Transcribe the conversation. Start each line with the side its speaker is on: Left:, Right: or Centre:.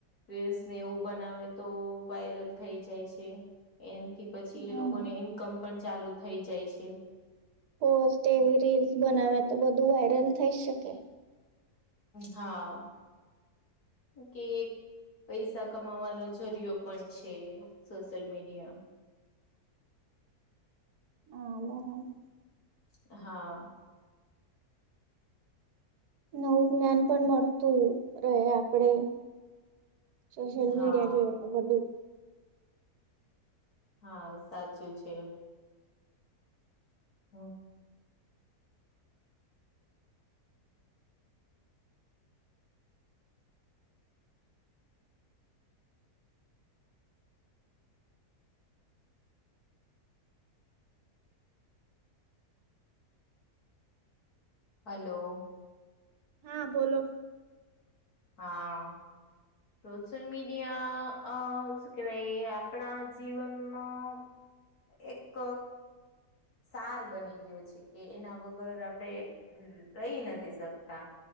Left: રીલ્સને એવું બનાવે તો વાયરલ થઈ જાય છે. એનાથી પછી
Right: હમ
Left: એ લોકોને ઇન્કમ પણ ચાલુ થઈ જાય છે.
Right: હો વી રીલ્સ બનાવે તો બધું વાયરલ થઈ શકે.
Left: હા કે એક. પૈસા કમાવાનો જરિયો પણ છે સોશિયલ મીડિયા.
Right: હા બરાબર.
Left: હા.
Right: નવું જ્ઞાન પણ મળતું રહે આપડે. સોશિયલ
Left: હા
Right: મીડિયા જો તો બધું.
Left: હા સાચું છે. હ. હલો.
Right: હા બોલો.
Left: હા. સોશિયલ મીડિયા અ શું કેવાય આપણા જીવનમાં. એક સાર બની ગયો છે કે એના વગર આપડે. રહી નથી શકતા.